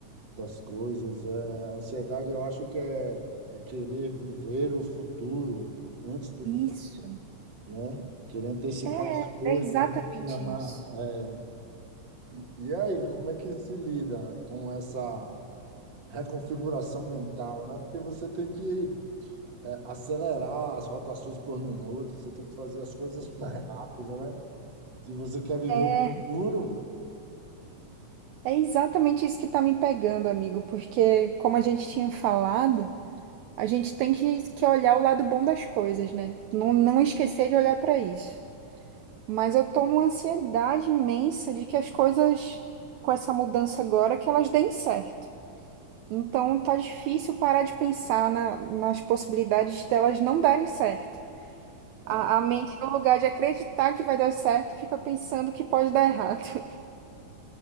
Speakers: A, on the right; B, on the right.
A: das coisas? É, a ansiedade eu acho que é, é querer viver o futuro antes do
B: Isso.
A: tempo, né? Querer antecipar
B: É,
A: as coisas,
B: é exatamente
A: né? Mas,
B: isso.
A: é, E, e aí, como é que se lida com essa reconfiguração mental, né? Porque você tem que é, acelerar as rotações por minuto, você tem que fazer as coisas <laughs> mais rápido, né? Se você quer viver
B: É
A: o futuro,
B: é exatamente isso que tá me pegando, amigo, porque como a gente tinha falado. A gente tem que, que olhar o lado bom das coisas, né? Não, não esquecer de olhar para isso. Mas eu tô numa ansiedade imensa de que as coisas, com essa mudança agora, que elas deem certo. Então tá difícil parar de pensar na- nas possibilidades delas não darem certo.
A: é,
B: A, a mente, no lugar de acreditar que vai dar certo, fica pensando que pode dar errado. <laughs>